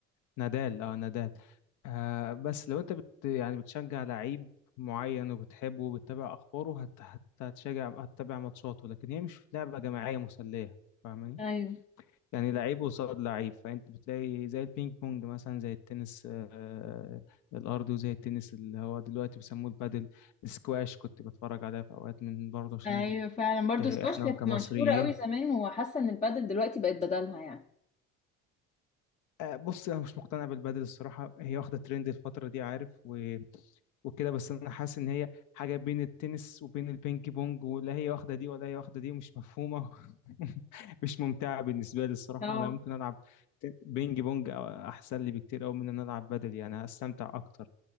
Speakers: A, on the left (about 70°); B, on the left (about 20°).
A: نادال اه نادال آه بس لو انت بت يعني بتشجع لعيب معين وبتحبه وبتتابع اخباره هت هت- هتشجع هتتابع ماتشاته لكن هي مش لعبة جماعية مسلية فاهماني
B: ايوه
A: يعني لعيب قصاد لعيب فانت بتلاقي زي البينج بونج مثلا زي التنس آه، الارضي وزي التنس اللي هو دلوقتي بيسموه البادل سكواش كنت بتفرج عليها في اوقات من برضه عشان
B: ايوه فعلا برضو
A: آه،
B: سكواش
A: احنا
B: السكواش كانت
A: كمصريين
B: مشهورة قوي زمان وحاسة ان البادل دلوقتي بقت بدلها يعني
A: آه، بص انا مش مقتنع بالبدل الصراحه هي واخده ترند الفتره دي عارف و... وكده بس انا حاسس ان هي حاجه بين التنس وبين البينج بونج ولا هي واخده دي ولا هي واخده دي مش مفهومه <laughs> مش ممتعه بالنسبه لي الصراحه
B: اه
A: انا ممكن العب ت- بينج بونج أو- احسن لي بكتير قوي من ان انا العب بدل يعني هستمتع اكتر